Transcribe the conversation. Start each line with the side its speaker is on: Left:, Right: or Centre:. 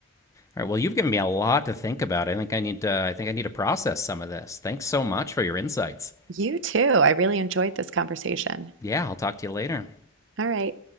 Left: All right. Well, you've given me a lot to think about. I think I need to. I think I need to process some of this. Thanks so much for your insights.
Right: You too. I really enjoyed this conversation.
Left: Yeah, I'll talk to you later.
Right: All right.